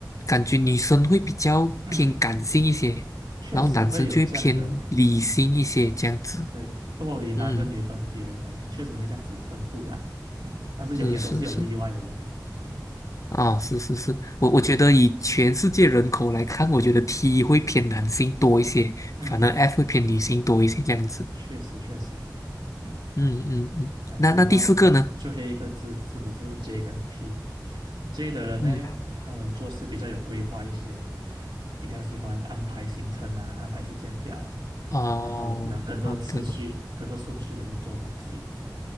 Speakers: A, on the left; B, on the right.
A: 感觉女生会比较偏感性一些，
B: 嗯，确实会有这样的，
A: 然后男生就会偏理性一些这样子。
B: 嗯。对，如果以男跟女分别来讲，
A: 嗯，
B: 确实会这样子分布啦。嗯，但是永远都是有例外的咯。
A: 是是是，
B: 嗯
A: 啊，是是是，我我觉得以全世界人口来看，我觉得 T 会偏男性多一些，
B: 嗯，
A: 反而 F 会偏女性多一些这样子。
B: 确实确实。嗯，
A: 嗯嗯嗯，
B: 来来到最后一个字字母就是
A: 那那第四个呢？
B: J 跟 P。J 的人呢，
A: 嗯，
B: 他们做事比较有规划一些，比较喜欢安排行程啊，安排时间表，
A: 哦，
B: 然后比较跟着次序、
A: 好的，
B: 跟着顺序的去做东西。